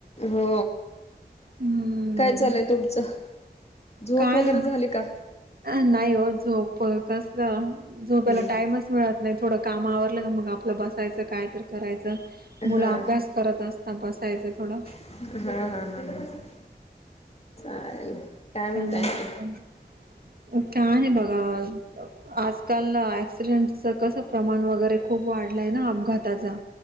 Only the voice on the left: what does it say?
हो
काय चालय तुमचं? झोप
वगैरे झाली का
हम्म हम्म
हा
ह, ह, ह, ह चालेल काय म्हणताय
आणखी